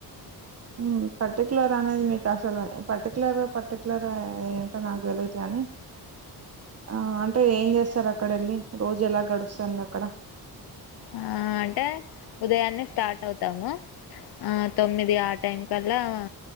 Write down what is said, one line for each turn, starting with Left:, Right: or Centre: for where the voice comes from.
Right: ఉమ్ పర్టిక్యలర్ అనేది మీకు అసలు పర్టికలర్ పర్టిక్యులర్ ఏంటో నాకు తెలిైతే అని ఆ అంటే ఏం చేస్తారు అక్కడ వెళ్ళి రోజు ఎలా గడుస్తుంది అక్కడ
Left: ఆ అంటే ఉదయాన్నే స్టార్ట్ అవుతాము. ఆ తొమ్మిది ఆ టైం కల్ అలా